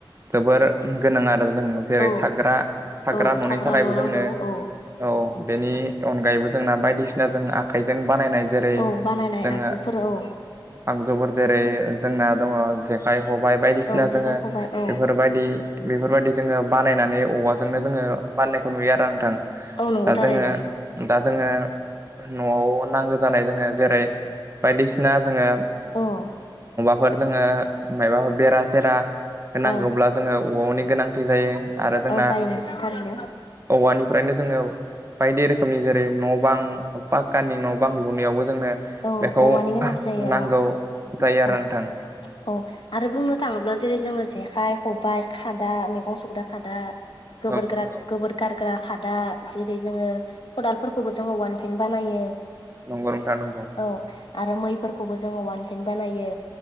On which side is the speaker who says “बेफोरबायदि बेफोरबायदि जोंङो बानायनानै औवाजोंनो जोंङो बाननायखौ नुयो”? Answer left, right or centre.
Right